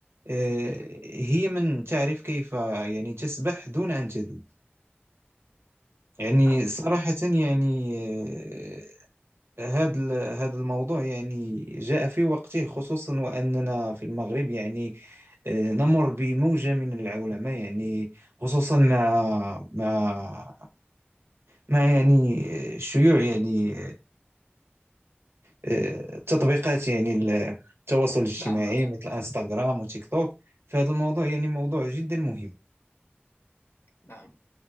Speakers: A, on the right; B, on the left.
A: آه، هي من تعرف كيف يعني تسبح دون أن تدوب يعني
B: نعم
A: صراحة يعني آه، هذا ال- هذا الموضوع يعني جاء في وقته خصوصا وأننا في المغرب يعني آه، نمر بموجة من العولمة يعني خصوصا مع مع مع يعني آه، شيوع يعني آه، تطبيقات يعني ال- التواصل الاجتماعي
B: نعم أتفق
A: مثل انستغرام وتيك توك فهذا الموضوع يعني موضوع جدا مهم
B: نعم